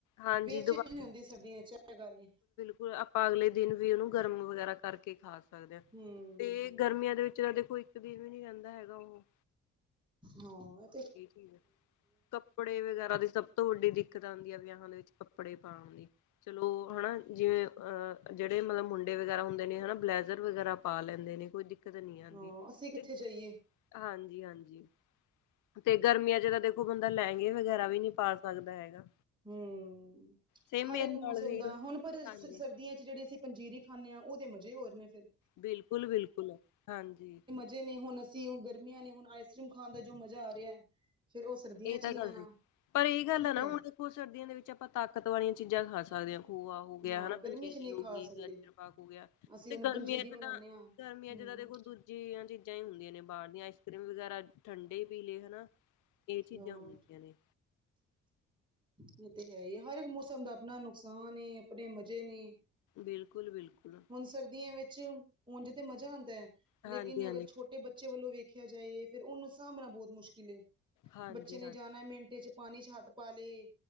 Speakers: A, on the left (about 80°); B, on the right (about 15°).
A: ਹਾਂਜੀ
B: ਵੇਸਟ ਚੀਜ਼ ਨੀ ਹੁੰਦੀ ਸਰਦੀਆਂ 'ਚ ਵਿਆਹ ਕਰਕੇ
A: ਤੇ ਆਪਾਂ ਅਗਲੇ ਦਿਨ ਵੀ ਉਹਨੂੰ ਗਰਮ ਵਗੈਰਾ ਕਰਕੇ ਖਾ ਸਕਦੇ ਹਾਂ
B: ਹੂੰ
A: ਤੇ ਗਰਮੀਆਂ ਦੇ ਵਿੱਚ ਤਾਂ ਦੇਖੋ ਇੱਕ ਦਿਨ ਵੀ ਨਹੀਂ ਰਹਿੰਦਾ ਹੈਗਾ ਉਹ
B: ਹੋਰ
A: ਇਹ ਹੈ ਕਪ ਬੜੇ ਵਗੈਰਾ ਦੀ ਸਭ ਤੋਂ ਵੱਡੀ ਦਿੱਕਤ ਆਉਂਦੀ ਹੈ ਵਿਆਹਾਂ ਦੇ ਵਿੱਚ ਕੱਪੜੇ ਪਾਉਣ ਦੀ। ਚਲੋ ਹਨਾ ਜਿਵੇਂ ਜਿਹੜੇ ਮਤਲਬ ਮੁੰਡੇ ਵਗੈਰਾ ਹੁੰਦੇ ਨੇ ਹਨਾ ਬਲੇੈਜ਼ਰ ਵਗੈਰਾ ਪਾ ਲੈਂਦੇ ਨੇ ਕੋਈ ਦਿੱਕਤ ਨਹੀਂ ਆਉਂਦੀ
B: ਹਾਂ ਅਸੀਂ ਕਿੱਥੇ
A: ਤੇ
B: ਜਾਈਏ?
A: ਹਾਂਜੀ- ਹਾਂਜੀ। ਤੇ ਗਰਮੀਆਂ 'ਚ ਤਾਂ ਦੇਖੋ ਬੰਦਾ ਲਹਿੰਗੇ ਵਗੈਰਾ ਵੀ ਨਹੀਂ ਪਾ ਸਕਦਾ ਹੈਗਾ।
B: ਹਮ
A: ਸੇਮ
B: ਹਰ
A: ਮੇਰੇ
B: ਇੱਕ
A: ਨਾਲ
B: ਮੌਸਮ
A: ਵੀ
B: ਦਾ ਹੁਣ ਪਰ ਸਰਦੀਆਂ
A: ਹਾਂਜੀ
B: 'ਚ ਜਿਹੜੀ ਅਸੀਂ ਪੰਜੀਰੀ ਖਾਂਦੇ ਹਾਂ ਉਹਦੇ ਮਜ਼ੇ ਹੋਰ ਨੇ ਫ਼ਿਰ।
A: ਬਿਲਕੁਲ ਬਿਲਕੁਲ ਹਾਂਜੀ।
B: ਜਿਹਨੇ ਹੁਣ ਅਸੀਂ ਉਹ ਗਰਮੀਆਂ ਨੇ ਹੁਣ ਆਈਸ ਕਰੀਮ ਖਾਣ ਦਾ ਜੋ ਮਜ਼ਾ ਆ ਰਿਹਾ। ਫੇਰ ਉਹ ਸਰਦੀਆਂ
A: ਇਹ
B: ਚ
A: ਤਾਂ
B: ਨਹੀਂ
A: ਗੱਲ
B: ਆਉਣਾ
A: ਹੈਗੀ ਪਰ ਇਹ ਗੱਲ
B: ਠੀਕ
A: ਆ ਨਾ
B: ਹੈ
A: ਹੁਣ ਦੇਖੋ ਸਰਦੀਆਂ ਦੇ ਵਿੱਚ ਆਪਾਂ ਤਾਕਤ ਵਾਲੀਆਂ ਚੀਜ਼ਾਂ ਖਾ ਸਕਦੇ ਹਾਂ। ਖੋਆ ਹੋ ਗਿਆ
B: ਹਾਂ
A: ਹਨਾ,
B: ਗਰਮੀ
A: ਪੰਜੀਰੀ
B: ਚ ਨਹੀਂ
A: ਹੋ
B: ਖਾ
A: ਗਈ,
B: ਸਕਦੇ
A: ਗਾਜਰ ਪਾਕ ਹੋ ਗਿਆ
B: ਅਸੀਂ
A: ਤੇ
B: ਹੁਣ
A: ਗਰਮੀਆਂ
B: ਪੰਜੀਰੀ
A: 'ਚ
B: ਬਣਾਉਦੇ
A: ਤਾਂ
B: ਹਾਂ
A: ਗਰਮੀਆਂ
B: ਹਮ
A: 'ਚ ਤਾਂ ਦੇਖੋ ਦੂਜੀਆਂ ਚੀਜ਼ਾਂ ਹੀ ਹੁੰਦੀਆਂ ਨੇ ਬਾਹਰ ਦੀਆਂ ਆਈਸਕ੍ਰੀਮ ਵਗੈਰਾ ਠੰਡੇ ਪੀਲੇ ਹਨਾਂ ਇਹ ਚੀਜ਼ਾਂ
B: ਹਾਂ
A: ਹੁੰਦੀਆਂ ਨੇ।
B: ਇਹ ਤੇ ਹੈ ਹੀ ਹੈ ਹਰ ਇੱਕ ਮੌਸਮ ਦਾ ਆਪਣਾ ਨੁਕਸਾਨ ਐ ਆਪਣੇ ਮਜ਼ੇ ਨੇ।
A: ਬਿਲਕੁਲ ਬਿਲਕੁਲ।
B: ਹੁਣ ਸਰਦੀਆਂ ਵਿੱਚ ਉਂਝ ਤੇ ਮਜ਼ਾ ਆਉੰਦਾ ਹੈ
A: ਹਾਂਜੀ
B: ਲੇਕਿਨ
A: ਹਾਂਜੀ
B: ਅਗਰ ਛੋਟੇ ਬੱਚੇ ਵੱਲੋਂ ਵੇਖਿਆ ਜਾਏ ਫੇਰ ਉਹਨੂੰ ਸਾਂਭਣਾ ਬਹੁਤ ਮੁਸ਼ਕਿਲ ਏ
A: ਹਾਂਜੀ
B: ਬੱਚੇ ਨੇ
A: ਹਾਂਜੀ
B: ਜਾਣਾ ਮਿੰਟ 'ਚ' ਪਾਣੀ ਚ ਹੱਥ ਪਾ ਲਏ,